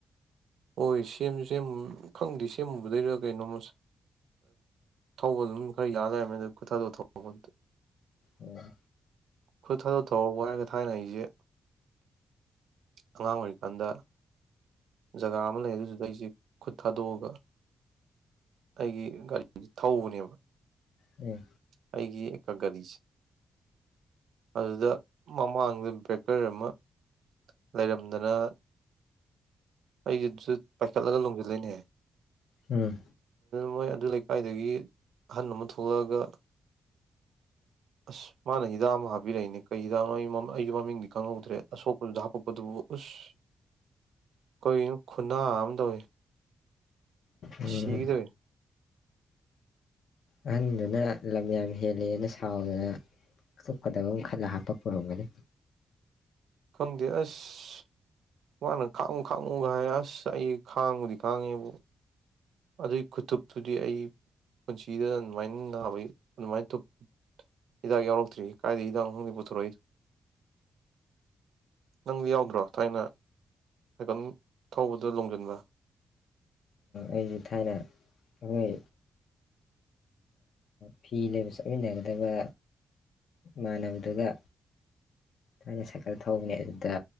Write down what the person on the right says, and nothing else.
ꯍꯣꯏ ꯁꯦꯝꯁꯨ ꯁꯦꯝ ꯈꯪꯗꯦ ꯁꯦꯝꯃꯨꯕꯗꯩꯗꯨ ꯀꯩꯅꯣꯝꯃ ꯊꯧꯕ ꯑꯗꯨꯝ ꯈꯔ ꯌꯥ ꯂꯩꯔꯝꯃꯦ ꯑ ꯈꯨꯠꯇꯗꯣ ꯊꯗ
ꯈꯨꯠ ꯊꯥꯗꯣꯛ ꯊ ꯋꯥ ꯍꯥꯏꯔꯒ ꯊꯥꯏꯅ ꯑꯩꯁꯦ ꯑꯉꯥꯡ ꯑꯣꯏꯔꯤꯀꯥꯟꯗ ꯖꯒꯥ ꯑꯃ ꯂꯩ ꯑꯗꯨꯗꯨꯗ ꯑꯩꯁꯦ ꯈꯨꯠ ꯊꯥꯗꯣꯛꯑꯒ ꯑꯩꯒꯤ ꯒꯥꯔꯤꯁꯤ ꯊꯧꯕꯅꯦꯕ
ꯑꯩꯒꯤ ꯒꯥꯔꯤꯁꯦ ꯑꯗꯨꯗ ꯃꯃꯥꯡꯗ ꯕ꯭ꯔꯦꯀꯔ ꯑꯃ ꯂꯩꯔꯝꯗꯅ ꯑꯩꯁꯨ ꯄꯥꯏꯈꯠꯂꯒ ꯂꯣꯡꯁꯤꯂꯅꯦꯍ
ꯃꯣꯏ ꯑꯗꯨ ꯂꯩꯀꯥꯏꯗꯒꯤ ꯑꯍꯟ ꯑꯃ ꯊꯣꯛꯂꯛꯑꯒ ꯑꯁ ꯃꯥꯅ ꯍꯤꯗꯥꯛ ꯑꯃꯨꯛ ꯍꯥꯕꯤꯔꯛꯏꯅꯦ ꯀꯩ ꯍꯤꯗꯥꯛ ꯅꯣ ꯑꯩꯒꯤ ꯃꯃꯤꯡ ꯀꯪꯍꯧꯗ꯭ꯔꯦ ꯑꯁꯣꯛꯄꯗꯨꯗ ꯍꯥꯞꯄꯛꯄꯗꯨꯕꯨ ꯎꯁ ꯀꯔꯤꯅꯣ ꯈꯨꯟꯅꯥ ꯑꯃ ꯇꯧꯏꯤ
ꯁꯤꯒꯗꯔꯦ
ꯈꯪꯗꯦ ꯑꯁ ꯃꯥꯅ ꯈꯥꯡꯉꯨ ꯈꯥꯡꯉꯨꯒ ꯍꯥꯏ ꯑꯁ ꯑꯩ ꯈꯥꯡꯕꯨꯗꯤ ꯈꯥꯡꯉꯦꯕꯨ ꯑꯗꯨꯏ ꯈꯨꯇꯨꯞꯇꯨꯗꯤ ꯑꯩ ꯄꯨꯟꯁꯤꯗ ꯑꯗꯨꯃꯥꯏꯅ ꯅꯥꯕꯩ ꯑꯗꯨꯃꯥꯏꯨꯞ ꯍꯤꯗꯥꯛ ꯌꯥꯎꯔꯛꯇ꯭ꯔꯤ ꯀꯥꯏꯗ ꯍꯤꯗꯥꯛ ꯈꯗꯤ ꯄꯨꯊꯣꯔꯛꯏꯗꯣ ꯅꯪꯗꯤ ꯌꯥꯎꯗ꯭ꯔꯣ ꯊꯥꯏꯅ ꯁꯥꯏꯀꯜ ꯊꯧꯕꯗ ꯂꯣꯡꯁꯤꯟꯕ꯭ꯔ